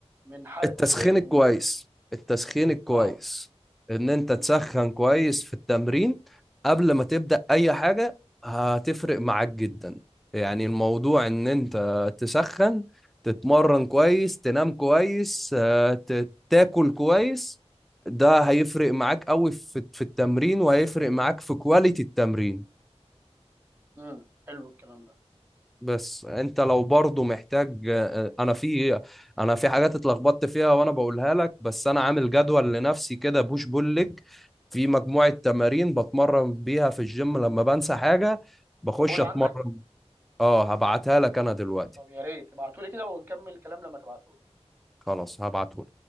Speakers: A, on the right (about 20°); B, in the centre.
A: من حرق
B: التسخين
A: وجاي من
B: الكويس التسخين الكويس
A: اه
B: ان انت تسخن كويس في التمرين قبل ما تبدأ اي حاجة هتفرق معاك جدا يعني الموضوع ان انت تسخن تتمرن كويس تنام كويس آه، ت- تاكل كويس ده هيفرق معاك قوي في في التمرين وهيفرق معاك في كواليتي التمرين
A: امم حلو الكلام ده
B: بس انت لو برضو محتاج انا في انا في حاجات اتلخبطت فيها وانا بقولها لك بس انا عامل جدول لنفسي كده بوش بول ليج في مجموعة تمارين بتمرن بيها في الجيم لما بنسى حاجة
A: موجود
B: بخش اتمرن
A: عندك
B: اه هبعتها لك انا دلوقتي
A: طب يا ريت ابعتولي كده ونكمل الكلام لما تبعته
B: خلاص هبعته